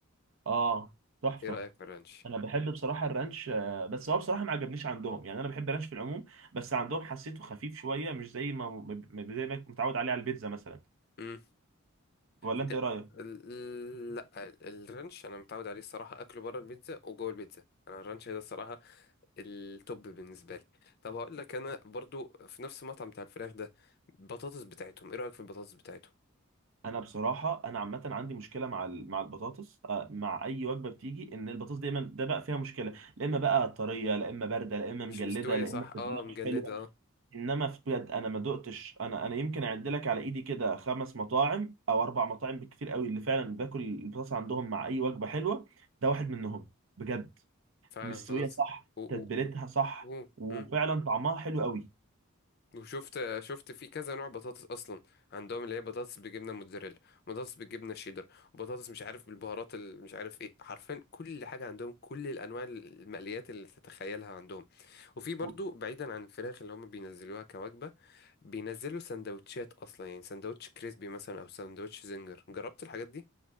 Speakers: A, on the right (about 65°); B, on the left (about 45°).
A: اه تحفه
B: ايه رايك في الرانش
A: انا بحب بصراحه الرانش آه، بس هو بصراحه ما عجبنيش عندهم يعني انا بحب الرانش في العموم بس عندهم حسيته خفيف شويه مش زي ما م- زي ما متعود عليه على البيتزا مثلا
B: امم
A: ولا
B: انت
A: انت ايه رايك
B: ال- لا ال- الرانش انا متعود عليه الصراحه اكله بره البيتزا وجوه البيتزا انا الرانش ده الصراحه التوب بالنسبه لي طب هقول لك انا برضو في نفس المطعم بتاع الفراخ ده البطاطس بتاعتهم ايه رايك في البطاطس بتاعتهم
A: انا بصراحه انا عامه عندي مشكله مع ال- مع البطاطس آه، مع اي وجبه بتيجي ان البطاطس دايما ده بقى فيها مشكله لا اما بقى طريه لا اما بارده لا اما
B: مش
A: مجلده
B: مستويه
A: لا
B: صح
A: اما تتبيله
B: اه مجلده
A: مش حلوه
B: اه
A: انما في بجد انا ما دقتش انا انا يمكن اعد لك على ايدي كده خمس مطاعم او اربع مطاعم بكتير قوي اللي فعلا باكل البطاطس عندهم مع اي وجبه حلوه ده واحد منهم بجد
B: فعلا
A: مستويه
B: بطاطس
A: صح
B: و... و...
A: تتبيلتها صح
B: و...
A: وفعلا
B: مم.
A: طعمها حلو قوي
B: وشفت شفت في كذا نوع بطاطس اصلا عندهم اللي هي بطاطس بالجبنه موتزاريلا وبطاطس بالجبنه شيدر وبطاطس مش عارف بالبهارات ال- مش عارف ايه حرفيا كل حاجه عندهم كل الانواع المقليات اللي تتخيلها عندهم وفي برضو
A: و-
B: بعيدا عن الفراخ اللي هم بينزلوها كوجبه بينزلوا سندوتشات اصلا يعني سندوتش كريسبي مثلا او سندوتش زنجر جربت الحاجات دي